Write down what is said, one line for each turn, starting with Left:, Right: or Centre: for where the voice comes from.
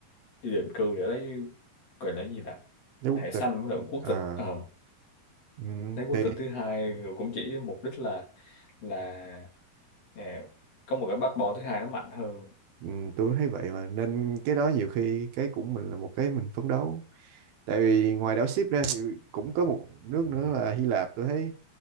Left: đi định cư để lấy gọi là cái gì ta
Right: lấy quốc
Left: thẻ xanh
Right: tịch
Left: với lại quốc
Right: à,
Left: tịch Ờ,
Right: ừ,
Left: lấy quốc
Right: thì
Left: tịch thứ hai rồi cũng chỉ mục đích là là ờ, có một cái passport thứ hai nó mạnh hơn
Right: ừ, tôi thấy vậy mà nên cái đó nhiều khi cái cũng mình là một cái mình phấn đấu tại vì ngoài đảo ship ra thì cũng có một nước nữa là Hy Lạp tôi thấy